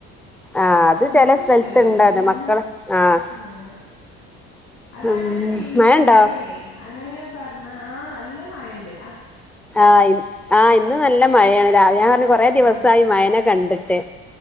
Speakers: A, in the centre; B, on the left.
A: ആഹ് അത്
B: എനിക്കും
A: ചെല സ്ഥലത്തുണ്ട്
B: ഇഷ്ടഇല്ലട്ടോ
A: അത്
B: ഉ
A: മക്കള് ആഹ്
B: ആ അത
A: ഉം
B: അങ്ങനെ ചെയ്പ്പിക്കനേനെ
A: മഴണ്ടോ
B: അങ്ങനേന പറഞ്ഞ ആ നല്ല മായഉണ്ട്
A: ആ ആ ഇന്ന് നല്ല മഴയാണ് രാവിലെ ഞാൻ പറഞ്ഞു കൊറെേ ദിവസമായി
B: ആഹ്
A: മഴനെ കണ്ടിട്ട്